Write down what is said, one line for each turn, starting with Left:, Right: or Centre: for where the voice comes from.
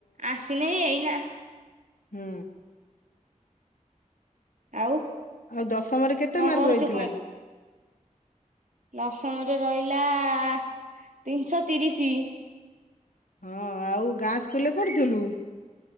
Right: ଆସିନି ଏଇନା।
Left: ହୁଁ।
Right: ଆଉ।
Left: ଆଉ ଦଶମରେ କେତେ
Right: କଣ
Left: ମାର୍କ
Right: କରୁଛୁ
Left: ରହିଥିଲା?
Right: ଦଶମ ରେ ରହିଲା ଆ ତିନିଶହ ତିରିଶି।
Left: ହଁ ଆଉ ଗାଁ ସ୍କୁଲରେ ପଢୁଥିଲୁ?